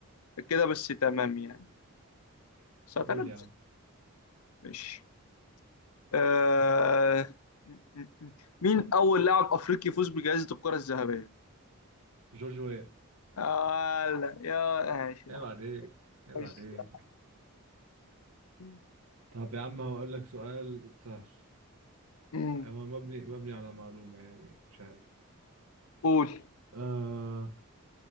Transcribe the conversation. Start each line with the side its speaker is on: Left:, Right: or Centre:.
Left: كده بس تمام يعني بس اعتقد
Right: قول يا
Left: بس
Right: عم
Left: ماشي آه... م- م- م. مين اول لاعب افريقي يفوز بجائزة الكرة الذهبية
Right: جورج ويا
Left: آه لا يا ماشي يا
Right: عيب
Left: عم
Right: عليك عيب
Left: خش
Right: عليك
Left: يا عم.
Right: طب يا عم هقول لك سؤال سهل
Left: مم.
Right: هو مبني مبني على معلومة يعني مش عارف
Left: قول
Right: آه